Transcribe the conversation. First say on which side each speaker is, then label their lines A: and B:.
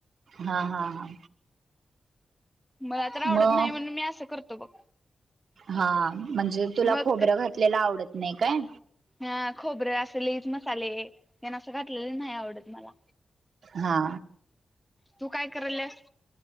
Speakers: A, on the right (about 80°); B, in the centre.
A: हा हा हा.
B: मला तर आवडत
A: मग
B: नाही म्हणून मी असं करतो बघ.
A: हा म्हणजे तुला
B: मग
A: खोबरं घातलेला आवडत नाही काय?
B: ह खोबरे असे लयीच मसाले तेन असं घातलेले नाही आवडत मला.
A: हा.
B: तू काय करायल्यास?